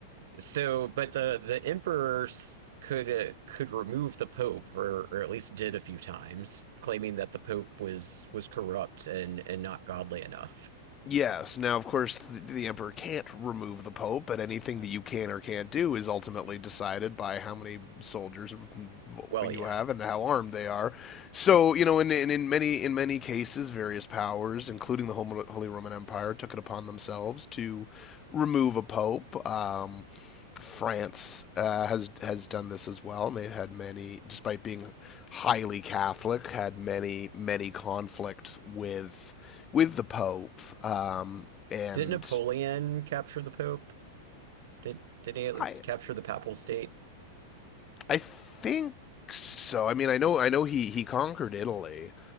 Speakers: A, on the right (about 65°); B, on the left (about 30°).
A: so but the the emperors could uh, could remove the pope or, or at least did a few times, claiming that the pope was was corrupt and and not godly enough.
B: Yes. Now, of course, the, the emperor can't remove the pope, but anything that you can or can't do is ultimately decided by how many soldiers
A: Well,
B: you
A: yeah.
B: have and how armed they are. So, you know, in in, in many in many cases, various powers, including the Holy Roman Empire, took it upon themselves to remove a pope. Um, France uh, has has done this as well, and they've had many, despite being highly Catholic, had many many conflicts with with the Pope, um, and
A: Did Napoleon capture the pope? Did did he at least
B: I
A: capture the papal state?
B: I think so. I mean, I know I know he he conquered Italy,